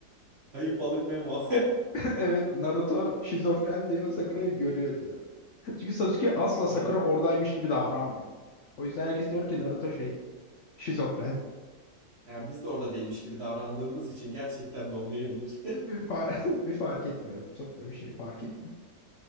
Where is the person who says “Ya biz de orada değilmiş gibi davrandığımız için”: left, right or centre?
Right